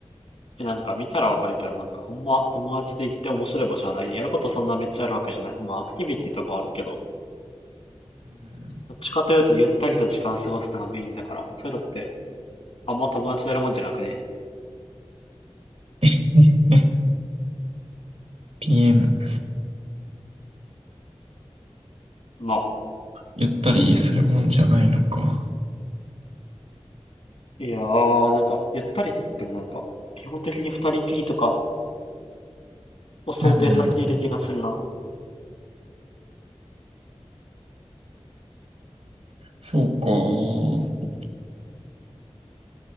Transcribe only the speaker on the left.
え、なんか見たらわかるけど、なんかあんま友達で行って面白い場所はない。やることそんなめっちゃあるわけじゃない。まあ、アクティビティとかはあるけど、
どっちかというとゆったりと時間を過ごすのがメインだから、そういうのってあんま友達とやるもんじゃなくね。
ま
あ、いやー、なんか、ゆったりっつってもなんか、基本的に二人きりとかを想定されている気がするな。